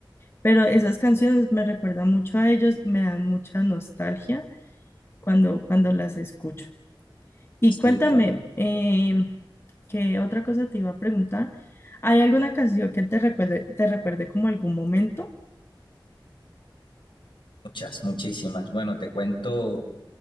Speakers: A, on the left (about 30°); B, on the left (about 70°).
A: Pero esas canciones me recuerdan mucho a ellos, me dan mucha nostalgia cuando, cuando las escucho. Y
B: Sí,
A: cuéntame,
B: también.
A: eh, ¿qué otra cosa te iba a preguntar? ¿Hay alguna canción que te recuerde, te recuerde como algún momento?
B: Muchas, muchísimas. Bueno, te cuento